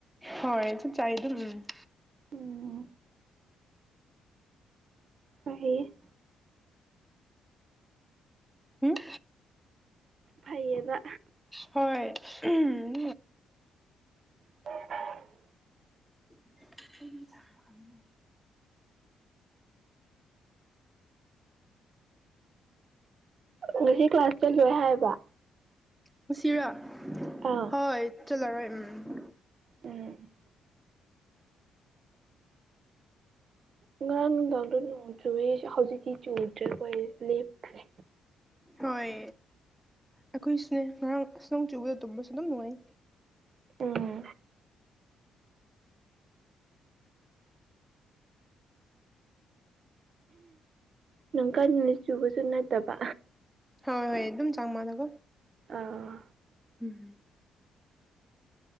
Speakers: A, in the centre; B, on the right (about 50°).
A: ꯍꯣꯏ ꯆꯞ ꯆꯥꯏ ꯑꯗꯨꯝ ꯎꯝ
B: ꯎꯝ ꯐꯩꯌꯦ
A: ꯎꯝ
B: ꯐꯩꯌꯦꯕ
A: ꯍꯣꯏ <unintelligible>
B: <unintelligible>
A: <unintelligible>
B: ꯉꯁꯤ ꯀ꯭ꯂꯥꯁ ꯆꯠꯂꯣꯏ ꯍꯥꯏꯕ
A: ꯉꯁꯤꯔꯣ
B: ꯑꯥ
A: ꯍꯣꯏ ꯆꯠꯂꯔꯣꯏ ꯎꯝ
B: ꯎꯝ ꯉꯔꯥꯡ ꯅꯨꯡꯗꯥꯡꯗꯣ ꯅꯣꯡ ꯆꯨꯏ ꯍꯧꯖꯤꯛꯇꯤ ꯆꯨꯗ꯭ꯔꯦ ꯈꯣꯏ ꯂꯦꯞꯈ꯭ꯔꯦ
A: ꯍꯣꯏ ꯑꯩꯈꯣꯏꯁꯨꯅꯦ ꯉꯔꯥꯡ ꯑꯁ ꯅꯣꯡ ꯆꯨꯕꯗꯨ ꯇꯨꯝꯕꯁꯨ ꯑꯗꯨꯝ ꯅꯨꯡꯉꯥꯏ
B: ꯎꯝ ꯌꯥꯝ ꯀꯟꯅꯗꯤ ꯆꯨꯕꯁꯨ ꯅꯠꯇꯕ
A: ꯍꯣꯏ ꯍꯣꯏ ꯑꯗꯨꯝ ꯆꯥꯡ ꯃꯥꯗꯀꯣ
B: ꯑꯥ
A: ꯎꯝ